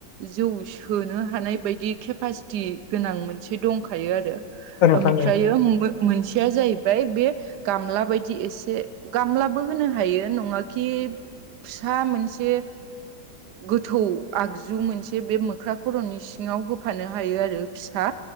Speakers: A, on the right (about 70°); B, on the left (about 65°).
A: जौ सोनो थानाय बायदि केपासिटि गोनां मोनसे दंखायो आरो
B: औ नोंथां
A: ओमफ्रायो
B: औ
A: मोनसेया जाहैबाय बे गामला बायदि एसे गामलाबो होनो हायो नङाखि फिसा मोनसे गोथौ आगजु मोनसे बे मोख्रा खर'नि सिङाव होफानो हायो आरो फिसा